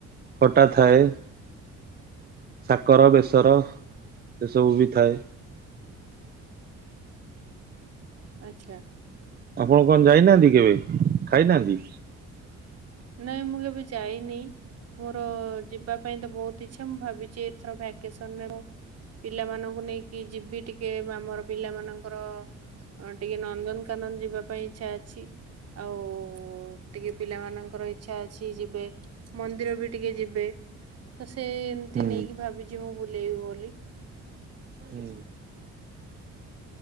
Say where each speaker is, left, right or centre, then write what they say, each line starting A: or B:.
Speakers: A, on the right (about 30°); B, on the right (about 55°).
A: ଖଟା ଥାଏ। ସାକର, ବେସର, ଏସବୁ ବି ଥାଏ।
B: ଆଛା।
A: ଆପଣ କଣ ଯାଇନାହାନ୍ତି କେବେ? ଖାଇନାହାନ୍ତି?
B: ନାଇଁ, ମୁଁ କେବେ ଯାଇନି। ମୋର ଯିବା ପାଇଁ ତ ବହୁତ ଇଛା, ମୁଁ ଭାବିଛି ଏଥର ଭାକେସନରେ ପିଲାମାନଙ୍କୁ ନେଇକି ଯିବି ଟିକେ, ଆମର ପିଲାମାନଙ୍କୁ ତାଙ୍କର ଟିକେ ନନ୍ଦନକାନନ ଯିବା ପାଇଁ ଇଛା ଅଛି, ଆଉ ଟିକେ ପିଲାମାନଙ୍କର ଇଛା ଅଛି ଯିବେ, ମନ୍ଦିର ବି ଟିକେ ଯିବେ। ତ ସେ ଏମତି
A: ହୁଁ
B: ନେଇକି ଭାବିଛି ମୁଁ ବୁଲେଇବି ବୋଲି।
A: ହୁଁ